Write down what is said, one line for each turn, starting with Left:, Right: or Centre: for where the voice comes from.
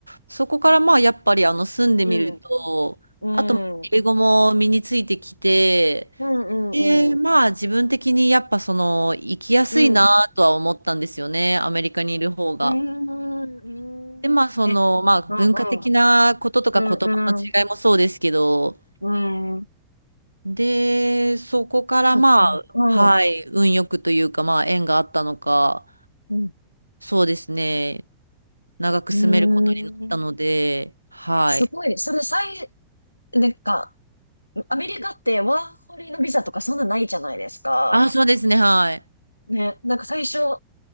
Right: そこからまあ、やっぱりあの、住んでみると、
Left: うん。うん。
Right: あと、英語も身についてきて、
Left: うんう
Right: で、
Left: んうん。
Right: まあ、自分的にやっぱその、生きやすいなとは思ったんですよね。
Left: うん。
Right: アメリカにいる方が。
Left: うん。
Right: で、
Left: うん。
Right: まあ、その、
Left: え、
Right: まあ、
Left: うんうん。
Right: 文化的なこととか言葉の違いもそうですけど、
Left: うんうん。うんえうんうんうんうんうん
Right: で、そこからまあ、
Left: そっか。うん。
Right: はい、運よくというか、まあ、縁があったのか、
Left: うん。
Right: そうですね、長く住めることになったので、
Left: うん。
Right: はい。
Left: すごい。その最、なんか、アメリカってワーホリのビザとかそんなないじゃないですか。
Right: あ、そうですね、はい。
Left: ね、なんか最初、